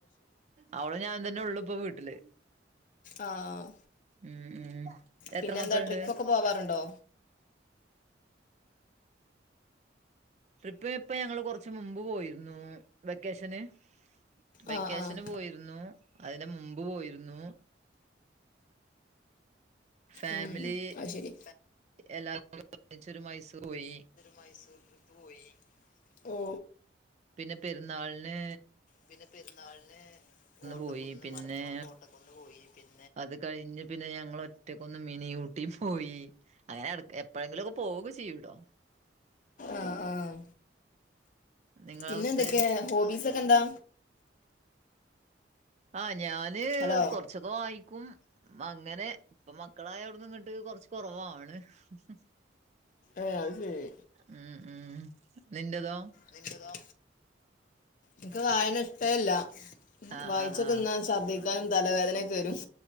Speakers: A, on the right (about 35°); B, on the left (about 45°).
A: അവളും ഞാനും തന്നെ ഒള്ളു ഇപ്പൊ വീട്ടില്.
B: ആഹ്
A: ഉം ഉം എത്ര
B: പിന്നെന്താ
A: മക്കൾണ്ട്?
B: ട്രിപ്പൊക്കെ പോവാറുണ്ടോ
A: ട്രിപ്പ് ഇപ്പ ഞങ്ങള് കൊറച്ച് മുമ്പ് പോയിരുന്നു വെക്കേഷന് വെക്കേഷന്
B: ആഹ് ആഹ്
A: പോയിരുന്നു അതിനെ മുമ്പ് പോയിരുന്നു. ഫാമിലി
B: ഉം അത് ശരി.
A: എല്ലാരും <unintelligible> ഒര്മിച്ച് മൈസൂർ പോയി.
B: മൈസൂർ പൊയി ഓ.
A: പിന്നെ പെര്ന്നാളിന്
B: പിന്നെ പെര്ന്നാളിന് കോട്ടക്കുന്ന്
A: പോയി പിന്നെ
B: മലപ്പുറം കോട്ടക്കുന്ന് പോയി പിൻ
A: അത് കഴിഞ്ഞ് പിന്നെ ഞങ്ങളൊറ്റക്കൊന്ന് മിനി ഊട്ടി പോയി അങ്ങനെടക്ക് എപ്പ പ്പഴെങ്കിലൊക്കെ പോവു ഒക്കെ ചെയ്യൂട്ടോ
B: ആഹ് ആഹ്
A: നിങ്ങളെ
B: പിന്നെ
A: അവസ്ഥെ
B: എന്തൊക്കെയ ഹോബീസ് ഒക്കെ എന്താ?
A: ആഹ് ഞാൻ <unintelligible>
B: ഹലോ
A: കൊറച്ചൊക്കെ വായിക്കും അങ്ങനെ ഇപ്പ മക്കളായ അവിടന്ന് ഇങ്ങട്ട് കൊറച്ച് കൊറവവാണ്. <unintelligible>
B: ഏഹ് അത് ശരി
A: ഉം ഉം നിൻ്റെതോ?
B: നിന്റതോ ഇൻക്ക് വായന ഇഷ്ടേല്ല.
A: ആഹ്
B: വായിച്ച
A: ആഹ് ആഹ്
B: തിന്നാ ഛർദ്ദിക്കാനും തലവേദനൊക്കെ വെരും.